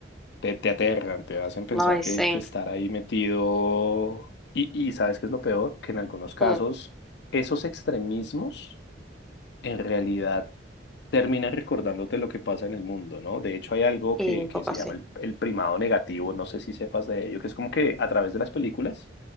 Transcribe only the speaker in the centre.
Ay,
sí.
Mm,
Y
un
poco
así.